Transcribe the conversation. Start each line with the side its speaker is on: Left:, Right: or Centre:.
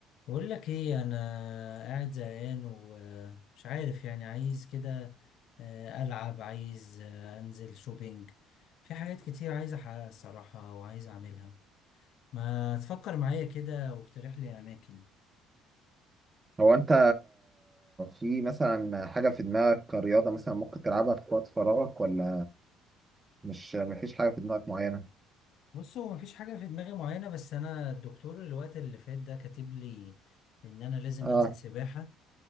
Left: بقول لك ايه انا قاعد زهقان ومش عارف يعني عايز كده آه، العب عايز آه، انزل شوبينج في حاجات كتير عايز احققها الصراحه وعايز اعملها ما تفكر معايا كده واقترح لي اماكن
Right: هو انت في مثلا حاجة في دماغك كرياضة مثلا ممكن تلعبها في وقت فراغك ولا مش مفيش حاجة في دماغك معينة؟
Left: بص هو مفيش حاجه في دماغي معينه بس انا الدكتور الوقت اللي فات ده كاتب لي ان انا لازم
Right: اه
Left: انزل سباحه